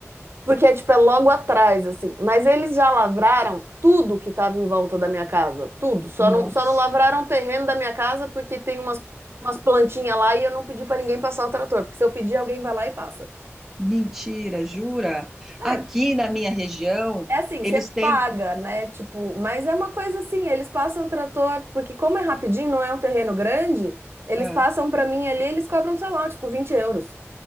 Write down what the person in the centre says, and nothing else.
Nossa.
Mentira, jura? Aqui
na minha região,
eles
têm.
ah,